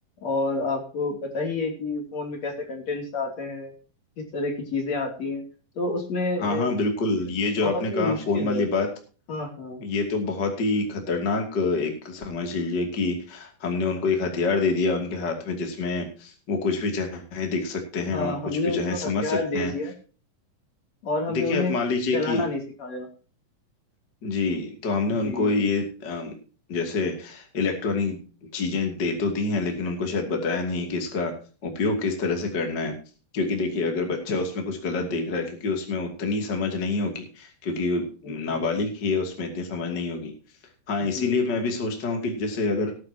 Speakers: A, on the left; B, on the left.
A: और आपको पता ही है कि फोन में कैसे कंटेंट्स आते हैं किस तरह की चीजें आती हैं तो उसमें
B: हाँ हाँ
A: अ,
B: बिल्कुल
A: अ,
B: ये जो
A: बहुत
B: आपने
A: ही
B: कहा
A: मुश्किल
B: फोन वाली
A: है
B: बात
A: हाँ हाँ
B: ये तो बहुत ही खतरनाक एक समझ लीजिए कि हमने उनको एक हथियार दे दिया उनके हाथ में जिसमें वो कुछ भी चाहे देख सकते हैं
A: हाँ
B: और
A: हमने
B: कुछ भी
A: उनको
B: चाहे समझ
A: हथियार
B: सकते
A: दे
B: हैं
A: दिया और हमने
B: देखिए
A: उन्हें
B: अब मान लीजिए
A: चलाना
B: कि
A: नहीं सिखाया
B: जी तो हमने
A: जी
B: उनको ये अम, जैसे इलेक्ट्रॉनिक चीजें दे तो दी हैं लेकिन उनको शायद बताया नहीं कि इसका उपयोग किस तरह से करना है क्योंकि देखिए अगर बच्चा उसमें कुछ गलत देख रहा है क्योंकि उसमें उतनी समझ नहीं होगी क्योंकि
A: हम्म
B: नाबालिग
A: हम्म,
B: ही है उसमें इतनी समझ नहीं होगी हाँ इसीलिए
A: जी
B: मैं भी सोचता हूँ कि जैसे अगर